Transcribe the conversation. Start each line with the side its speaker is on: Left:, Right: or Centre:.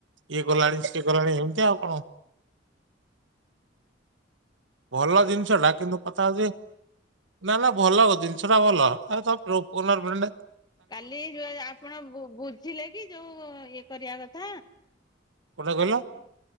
Right: ଇଏ କଲାଣି ସିଏ କଲାଣି ଏମିତି ଆଉ କଁ।
Left: ଆ
Right: ଭଲ ଜିନିଷଟା କିନ୍ତୁ କଥା ହଉଚି ନା ନା ଭଲ ଜିନିଷଟା ଭଲ ଆର ତମ <unintelligible> ଫୋନ ଏ ଫ୍ରେଣ୍ଡେ।
Left: କାଲି ଯ ଆପଣ ବୁ-ବୁଝିଲେ କି ଯୋଉ ଇଏ କରିଆ କଥା?
Right: କୋଉଟା କହିଲ?
Left: ହୁଁ।